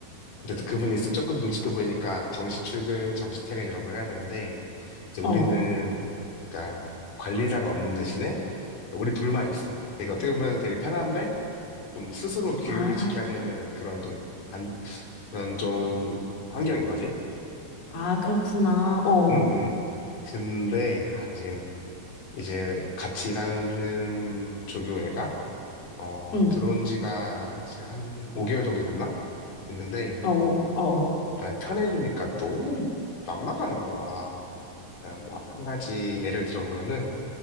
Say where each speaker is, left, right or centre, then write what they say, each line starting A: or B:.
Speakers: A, on the left; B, on the left.
A: 그래도 그분이 있으면 조금 눈치도 보이니까 정시 출근, 정시 퇴근 이런 걸 해야 되는데 이제 우리는
B: 어,
A: 그러니까 관리자가 없는 대신에 우리 둘만 있어. 되게 어떻게 보면 되게 편한데 좀 스스로 규율을
B: 아,
A: 지켜야 되는 그런 좀 단, 그런 좀 환경인 거지.
B: 아, 그렇구나. 어,
A: 응, 응. 근데 아, 지금 이제 같이 일하는 조교 애가 어
B: 응,
A: 들어온 지가 이제 한 5개월 정도 됐나? 됐는데
B: 어, 어,
A: 나 편해지니까 너무 막 나가는 거야. 그러니까 뭐, 한 가지 예를 들어보면은,